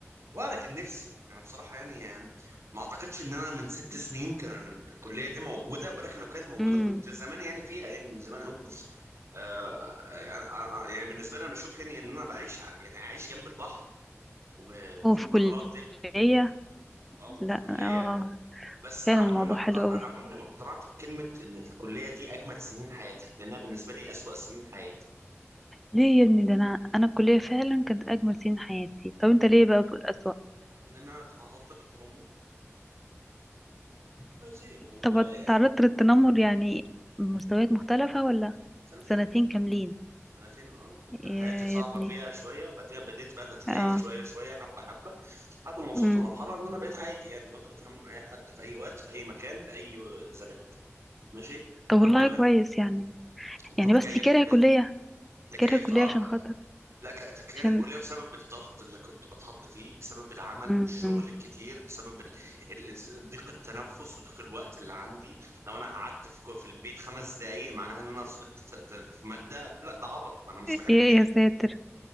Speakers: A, on the right; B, in the centre.
A: وانا كان نفسي انا بصراحه يعني ما اعتقدش ان انا من ست سنين كان الكليه دي موجوده ولكن لو كانت موجوده
B: امم
A: كنت زمان يعني فيها يعني من زمان قوي آه أنا- أنا- يعني بالنسبه لي انا بشوف يعني ان انا بعيش ع- يعني عايش جنب البحر وفي
B: وفي
A: الفترات
B: كلية
A: دي اه وفي
B: لا
A: كلية
B: اه آه.
A: بس انا
B: فعلا
A: عمري
B: الموضوع
A: ما اقتنع
B: حلو قوي
A: انا عمري ما اقتنعت بكلمة ان الكلية دي اجمل سنين حياتك لانها بالنسبة لي اسوأ سنين حياتي
B: ليه يا ابني ده انا انا الكليه فعلا كانت اجمل سنين حياتي طب انت ليه بقى بتقول اسوأ
A: ان انا اتعرضت للتنمر ماشي وسنتين
B: طب تعرضت للتنمر يعني مستويات مختلفه ولا
A: سنتين
B: سنتين كاملين
A: سنتين اه كنت
B: يا
A: حياتي صعبة
B: يا ابني
A: فيها شوية بعدين بديت بقى اتكيف
B: اه
A: شوية شوية حبة حبة لحد ما وصلت
B: امم
A: لمرحلة ان انا بقيت عادي يعني بقدر اتعامل مع اي حد في اي وقت في اي مكان في اي زمان ماشي
B: طب
A: الحمد
B: والله
A: لله
B: كويس يعني
A: انت
B: يعني
A: تكيفت
B: بس كاره
A: تكيفت
B: كليه
A: تكيفت
B: كاره كليه
A: اه
B: عشان خاطر
A: لا ك- تغيير
B: عشان
A: الكلية بسبب الضغط اللي كنت بتحط فيه بسبب العمل
B: امم
A: والشغل
B: أمم.
A: الكتير بسبب ال- ال- ال- ضيق التنفس وضيق الوقت اللي عندي لو انا قعدت في كو- في البيت خمس دقايق معناها ان انا سقطت ت- ت- في مادة لا ده عبط ما انا مش بحب
B: يا
A: كده
B: يا ساتر